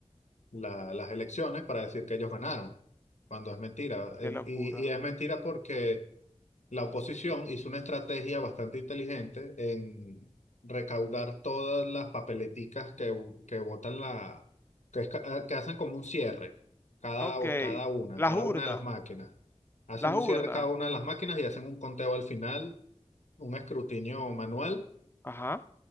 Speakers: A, on the left; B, on the left.
A: la- las elecciones para decir que ellos ganaron, cuando es mentira.
B: Qué
A: El-
B: locura.
A: y, y es mentira porque la oposición hizo una estrategia bastante inteligente en recaudar todas las papeleticas que, que votan la, que, es ca- ah, que hacen como un cierre, cada,
B: Ok.
A: cada una,
B: Las
A: cada
B: urnas,
A: una de las máquinas. Hacen
B: las
A: un
B: urnas.
A: cierre cada una de las máquinas y hacen un conteo al final, un escrutinio manual
B: Ajá.